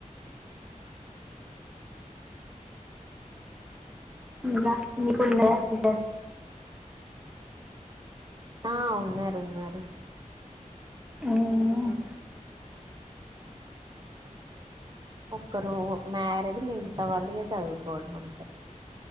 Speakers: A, in the centre; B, on the right (about 30°).
A: ఇంకా మీకు ఉన్నారా సిస్టర్
B: ఆ ఉన్నార్ ఉన్నారు
A: ఉమ్
B: ఒక్కరు మ్యారేడ్ మిగతా వాళ్ళ ఇగా చదువుకోవడం అంతే